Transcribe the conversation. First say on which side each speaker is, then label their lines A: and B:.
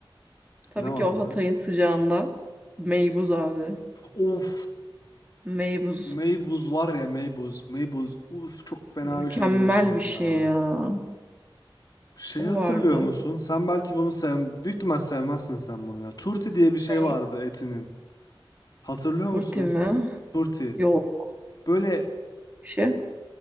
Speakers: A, on the right; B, on the left.
A: Tabii
B: Ne vardı?
A: ki o Hatay'ın sıcağında meybuz abi.
B: Of.
A: Meybuz.
B: Meybuz var ya Meybuz. Meybuz. Uf çok fena
A: Mükemmel
B: bir şeydi Meybuz
A: bir şey
B: ya.
A: ya.
B: Şeyi
A: O
B: hatırlıyor
A: vardı.
B: musun? Sen belki bunu sev... Büyük ihtimal sevmezsin sen bunu ya. Turti diye bir şey
A: Ne?
B: vardı etinin. Hatırlıyor
A: Turti
B: musun?
A: mi?
B: Turti.
A: Yok.
B: Böyle
A: Bir şey.